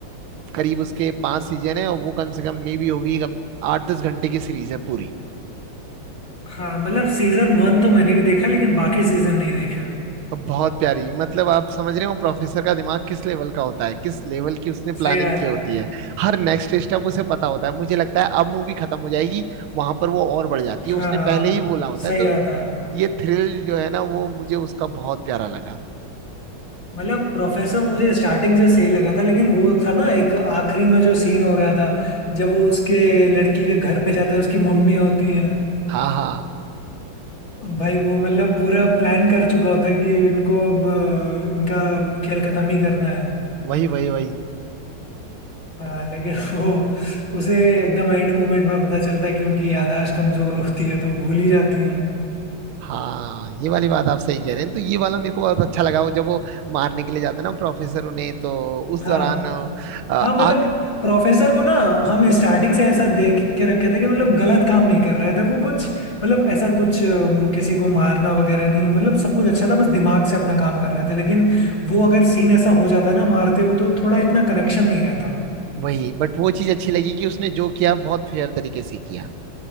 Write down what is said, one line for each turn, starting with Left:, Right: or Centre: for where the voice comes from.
Right: करीब उसके पांच सीजन है और वो कम से कम नहीं भी होगी कम आठ दस घंटे की सीरीज है पूरी
Left: हाँ मतलब सीजन वन तो मैंने भी देखा लेकिन बाकी सीजन नहीं देखे
Right: और बहुत प्यारी मतलब आप समझ रहे हो प्रोफेसर का दिमाग किस लेवल का होता है किस लेवल की उसने
Left: सही
Right: प्लानिंग
Left: बात
Right: की होती
Left: है
Right: है हर नेक्स्ट स्टेप उसे पता होता है मुझे लगता है अब मूवी खत्म हो जाएगी वहां पर वो और बढ़ जाती
Left: हाँ
Right: है उसने पहले ही बोला होता
Left: सही
Right: है तो
Left: बात है
Right: ये थ्रिल जो है ना वो मुझे उसका बहुत प्यारा लगा
Left: मतलब प्रोफेसर मुझे स्टार्टिंग से सही लगा था लेकिन वो था ना एक आखिरी में जो सीन हो रहा था जब वो उसके लड़की के घर पे जाता है उसकी मम्मी होती है
Right: हाँ हाँ
Left: भाई वो मतलब पूरा प्लान कर चुका होता है कि इनको अब अ, इनका खेल खत्म ही करना है
Right: वही वही वही
Left: हाँ लेकिन <laughs> वो उसे एकदम एंड मोमेंट में पता चलता है कि उनकी यादाश्त कमजोर होती है तो भूल ही जाती हैं
Right: हाँ ये वाली बात आप सही कह रहे हैं तो ये वाला मेरे को बहुत अच्छा लगा वो जब वो मारने के लिए जाता है ना प्रोफेसर उन्हें तो उस
Left: हाँ
Right: दौरान अ, आग
Left: हाँ मतलब प्रोफेसर को ना हम स्टार्टिंग से ऐसा देख के रखे थे कि मतलब गलत काम नहीं कर रहे थे वो कुछ मतलब ऐसा कुछ अम, किसी को मारना वगैरह नहीं मतलब सब कुछ अच्छा था बस दिमाग से अपना काम कर रहे थे लेकिन वो अगर सीन ऐसा हो जाता है ना मारते हुए तो थोड़ा इतना कनेक्शन नहीं रहता
Right: वही बट वो चीज अच्छी लगी कि उसने जो किया बहुत फेयर तरीके से किया